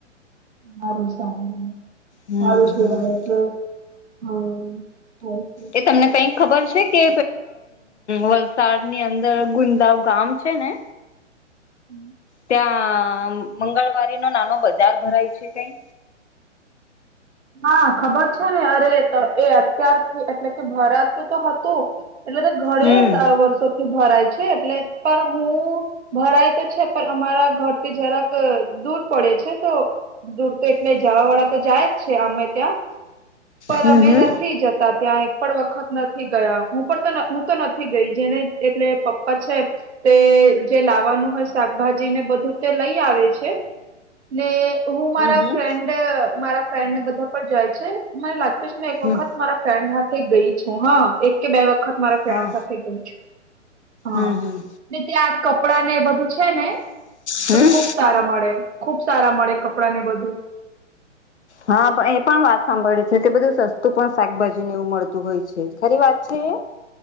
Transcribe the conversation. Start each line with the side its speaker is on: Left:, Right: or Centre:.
Right: મારું સાભ
Left: હમ
Right: મારું
Left: હમ
Right: કે એટલે, હા થાઈ
Left: એ તમને કંઈક ખબર છે, કે વલસાડની અંદર ગુંદાવ ગામ છે, ને
Right: <inaudible>
Left: ત્યાં મંગળવારીનો નાનો બજાર ભરાય છે, કંઈ
Right: હા, ખબર છે, ને અરે એ અત્યારથી એટલે કે ભરાતું તો હતું. એટલે તો ઘણી
Left: હમ
Right: વર્ષોથી ભરાય છે, એટલે પણ હું. ભરાય તો છે, પણ અમારા ઘરથી જરાક દૂર પડે છે, તો દૂર તો એટલે જવાવાળા તો જાય. છે અમે ત્યાં પર
Left: હમ
Right: અમે નથી જતા ત્યાં, પણ વખત નથી ગયા હું પણ હું તો નથી ગઈ, જેને એટલે પપ્પા છે. તેજે લાવાનું હોય શાકભાજી ને બધું તે લઈ આવે છે. ને હું મારા
Left: હમ હમ
Right: ફ્રેન્ડ મારા, ફ્રેન્ડ ને બધા પણ જાય છે, મને લાગતું છે, ને એક વખત.
Left: હમ
Right: મારા ફ્રેન્ડ હાથે ગઈ છું, હા એક કે બે વખત મારા ફ્રેન્ડ
Left: હા
Right: સાથે ગઈ છું. હા,
Left: હમ હમ
Right: ને ત્યાં કપડાં નેએ બધું છે ને
Left: હમ
Right: તો ખુબ. ખુબ સારા મળે ખુબ સારા મળે કપડા ને બધું,
Left: હા પણ એ પણ વાત સાંભળે છે, કે બધું સસ્તું પણ શાકભાજી ને એવું મળતું હોય છે, ખરી વાત છે.